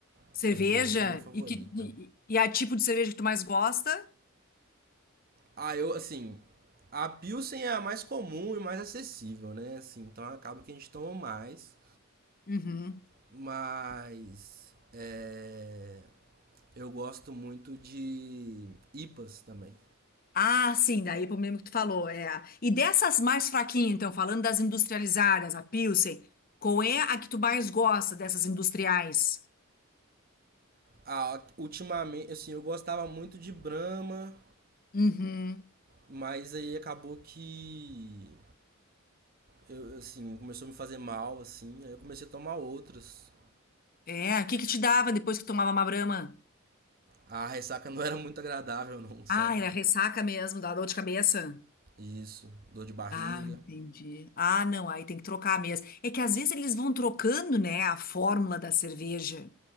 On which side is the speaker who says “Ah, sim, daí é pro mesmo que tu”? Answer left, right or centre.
Left